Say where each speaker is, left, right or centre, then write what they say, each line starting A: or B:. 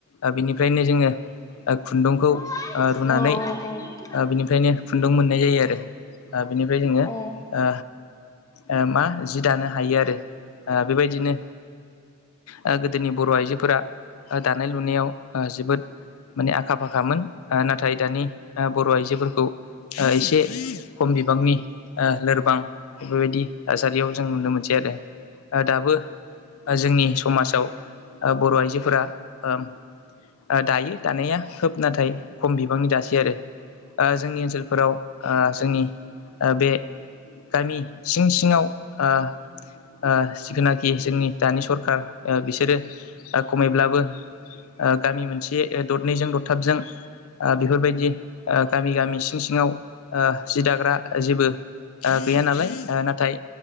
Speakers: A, on the left; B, on the left.
A: ओ बिनिफ्रायनो जोङो ओ खुन्दुंखौ ओ
B: <unintelligible> औ
A: रुनानै
B: औ औ
A: ओ बिनिफ्रायनो खुन्दुं मोननाय जायो आरो ओ बिनिफ्राय जोङो
B: औ
A: ओ ओ मा जि दानो हायो आरो ओ बेबायदिनो ओ गोदोनि बर' आइजोफोरा ओ दानाय लुनायाव ओ जोबोद माने आखा फा खा नाथाय दानि ओ बर' आइजोफोरखौ ओ एसे खम बिबांनि ओ लोरबां बेफोरबायदि थासारियाव जों नुनो मोनसै आरो ओ दाबो ओ जोंनि समाजाव ओ बर' आइजोफोरा ओ ओ दायो दानाया खोब नाथाय खम बिबांनि दासै आरो ओ जोंनि ओनसोलफोराव ओ जोंनि ओ बे गामि सिं सिङाव ओ ओ जिखुनाखि जोंनि दानि सरखार ओ बिसोरो ओ खमैब्लाबो ओ गामि मोनसे ओ दरनैजों दरथामजों ओ बेफोरबायदि ओ गामि गामि सिं सिंआव ओ जि दाग्रा आइजो ओ गैया नालाय ओ नाथाय